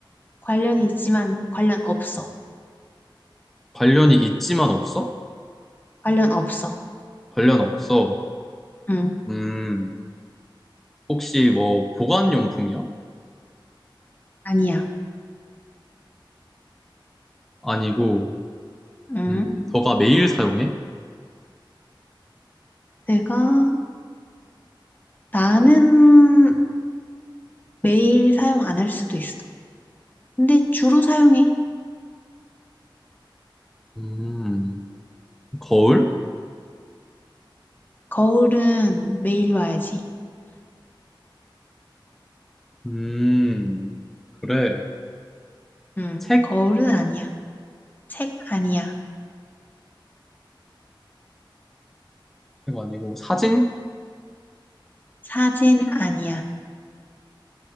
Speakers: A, on the left (about 20°); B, in the centre.
A: 관련이 있지만 관련 없어.
B: 관련이 있지만 없어?
A: 관련 없어.
B: 관련 없어.
A: 응,
B: 음, 혹시 뭐 보관용품이야?
A: 아니야.
B: 아니고,
A: 응,
B: 음, 너가 매일 사용해?
A: 내가, 나는 매일 사용 안 할 수도 있어. 근데 주로 사용해.
B: 음, 거울?
A: 거울은 매일 봐야지.
B: 음, 그래.
A: 응,
B: 책?
A: 거울은 아니야. 책 아니야.
B: 이거 아니고 사진?
A: 사진 아니야.